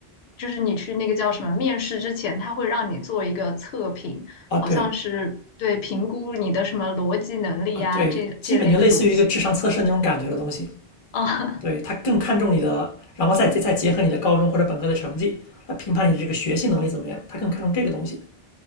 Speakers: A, on the left (about 80°); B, on the left (about 40°).
A: 就是你去那个叫什么面试之前，它会让你做一个测评，
B: 啊对
A: 好像是对评估你的什么逻辑能力啊，
B: 啊对，
A: 这这类的东西。
B: 基本就类似于一个智商测试那种感觉的东西，
A: <laughs> 啊，
B: 对，他更看重你的，然后再再结合你的高中或者本科的成绩来评判你的这个学习能力怎么样，他更看重这个东西。